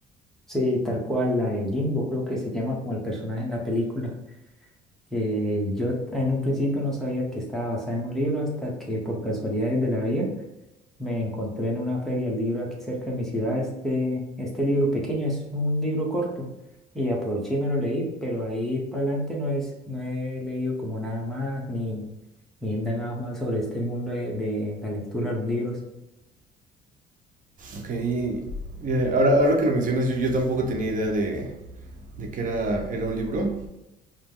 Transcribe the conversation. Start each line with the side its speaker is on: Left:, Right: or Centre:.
Centre: Sí, tal cual, la de Jimbo, creo que se llama como el personaje en la película. Eh, yo en un principio no sabía que estaba basada en un libro hasta que por casualidades de la vida Me encontré en una feria el libro aquí cerca de mi ciudad, este, este libro pequeño, es un libro corto y aproveché y me lo leí, pero ahí para adelante no es, no he leído como nada más ni, ni he indagado más sobre este mundo de, de la lectura de los libros.
Right: Ok, eh, ahora, ahora que lo mencionas, yo, yo tampoco tenía idea de, de que era, era un libro.